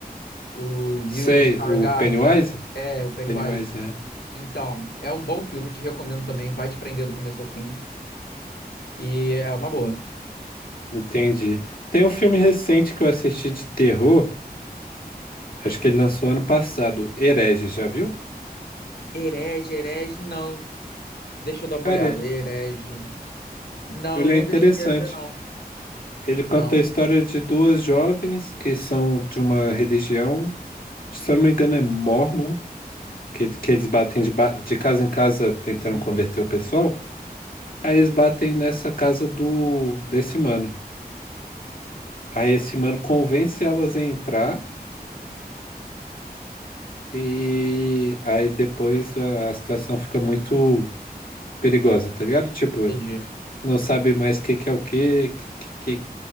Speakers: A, on the left; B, on the left.
A: o Bill
B: Sei,
A: Skarsgård
B: o Pennywise?
A: lá, é, o Pennywise.
B: Pennywise, é.
A: Então, é um bom filme, eu te recomendo também, vai te prender do começo ao fim, e é uma boa.
B: Entendi. Tem um filme recente que eu assisti de terror, acho que ele lançou ano passado, Herege, já viu?
A: Herege, herege, não. Deixa eu dar uma
B: Cara,
A: olhada.
B: é-
A: Herege. Não,
B: ele
A: nunca
B: é interessante.
A: cheguei a ver, não.
B: Ele conta
A: Não.
B: a história de duas jovens que são de uma religião, se eu não me engano é Mormon, que, que eles batem de, ba- de casa em casa tentando
A: Uhum.
B: converter o pessoal. Aí eles batem nessa casa do desse mano. Aí esse mano convence elas a entrar e aí depois a a situação fica muito perigosa, tá ligado? Tipo,
A: Entendi.
B: não sabe mais o que que é o que, que, que,